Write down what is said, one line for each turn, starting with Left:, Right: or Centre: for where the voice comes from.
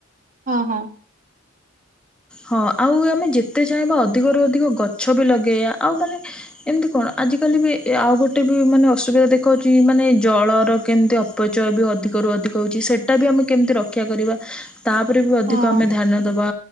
Right: ହଁ ହଁ।
Centre: ହଁ ଆଉ ଆମେ ଯେତେ ଚାହିଁବା ଅଧିକରୁ ଅଧିକ ଗଛ ବି ଲଗେଇବା ଆଉ ମାନେ ଏମିତି କଣ ଆଜି କାଲି ବି ଆଉ ଗୋଟେ ବି ମାନେ ଅସୁବିଧା ଦେଖଉଚି ମାନେ ଜଳର କେମିତି ଅପ୍ ପଚୟ ବି ଅଧିକରୁ ଅଧିକ ହଉଚି ସେଇଟା ବି ଆମେ କେମିତି ରକ୍ଷା କରିବା ତାପରେ ବି ଅଧିକ
Right: ହଁ
Centre: ଆମେ ଧ୍ୟାନ ଦବା